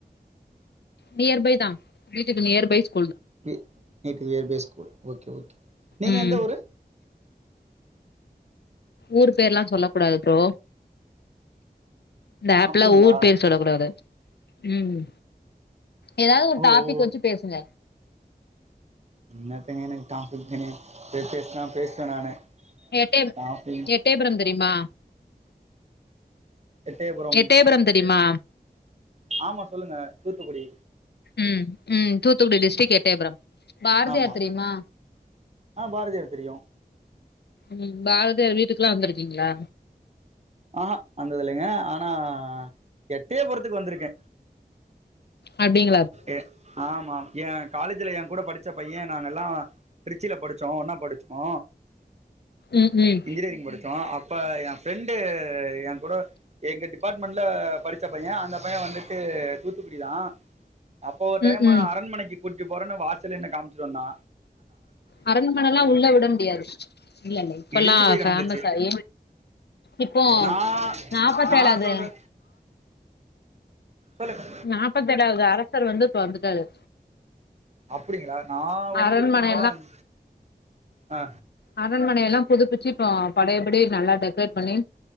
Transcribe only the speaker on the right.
வீ வீட்டுக்கு நியர் பைய் ஸ்கூல் ஓகே ஓகே நீங்க
எந்த ஊரு
அப்டிங்களா
ஓ
ஓ
என்னத்தங்க எனக்கு டாப்பீக்குன்னு இப்பே பேசுனா பேசுவ நானு
டாபிக்
எட்டயபுரம்
ஆமா சொல்லுங்க தூத்துக்குடி
ஆமா
ஆ பாரதியார் தெரியு
ஆஹா வந்தது இல்லைங்க ஆனா எட்டயப்புரத்துக்கு வந்திருக்கே
ஏ ஆமா ஏ காலேஜ்ல ஏ கூட படிச்ச பைய நாங்கல்லா திருச்சிலப் படிச்சோ ஒன்னாப் படிச்சோ
இன்ஜினியரிங் படிச்சோ அ இப்ப என் ஃபிரெண்டு ஏ கூட எங்க டிபார்ட்மெண்ட்ல படிச்ச பைய அந்த பைய வந்துட்டு தூத்துக்குடி தா அப்போ ஒரு
டைம்மு
அரண்மனைக்கு கூட்டி போறன்னு வாசல்லே என்ன காமிச்சிட்டு வந்தா
இடிஞ்சு போய்
கிடந்துச்சு
நான்
நான் சொல்ற சொல்லுங்க
அப்டிங்ளா நா வந்துட்டு
போம்போது அந் அ